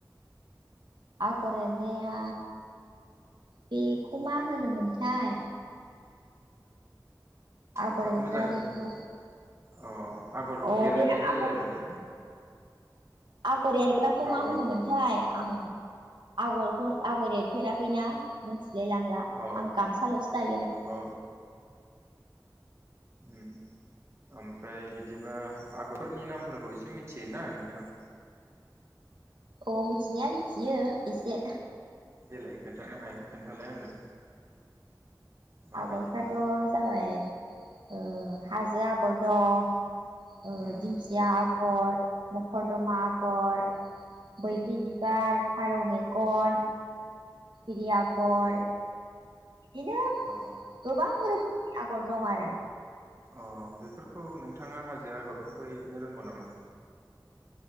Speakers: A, on the right; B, on the right.
A: आगर एरनाया बेखौ मा होनोमोनथाय आगर
B: खो
A: एरग्रा
B: मोजाङै
A: बेखौ
B: अ आगर
A: अ
B: एरनाय
A: बे
B: जायो
A: आगर
B: आरोना
A: आगर एरग्राखौ
B: औ
A: मा होनोमोनथाय
B: औ
A: आं आगरखौ आगर एरफेराखैना मोनथि लेलांला
B: अ
A: आं गामसालसो दायोना
B: अ उम ओम फ्राय बिदिबा आगरफोरनि नामफोरखौ एसे एसे मिथियो ना नोंथां
A: अ मिथिनाया मिथियो एसे
B: देलाय खोन्थानो हायो खोन्थालाय आंनो माबायदि
A: आग साथ
B: दङ
A: जाबाय ओ हाजो आगर दं
B: उम
A: ओ दिंखिया आग आगर मखरदमा आगर बैग्रि बिबार फारौ मेगन इरि आगर
B: उम
A: बेनो
B: अ
A: गोबां रोखोम आगर दं आरो
B: अ बेफोरखौ नोंथाङा हाजो आगरखौबो एरनो रोंगौ नामा?